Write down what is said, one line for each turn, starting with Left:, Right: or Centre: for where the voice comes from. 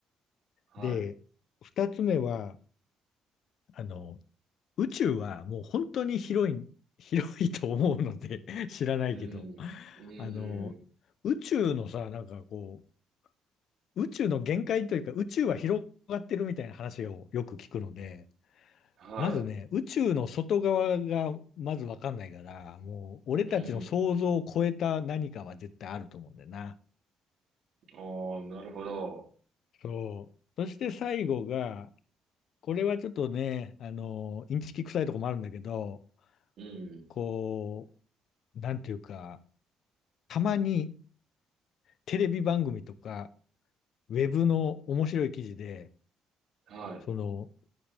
Right: はい、
Left: で、二つ目は、あの、宇宙はもう本当に広い、広いと思うので <laughs> 知らないけど、
Right: うん、うん、
Left: あの、
Right: うん、
Left: 宇宙のさ、なんかこう、宇宙の限界というか、宇宙は広がってるみたいな話をよく聞くので、
Right: は
Left: まずね、宇宙の外側がまずわかんないから、もう俺たちの想像を超えた何かは絶対あると思うんだよな。
Right: い、うん、あー、なるほど、
Left: そう。そして最後が、これはちょっとね、あの、インチキ臭いとこもあるんだけど、
Right: うん、
Left: こう、なんていうか、たまにテレビ番組とか、ウェブの面白い記事で、
Right: はい。
Left: その、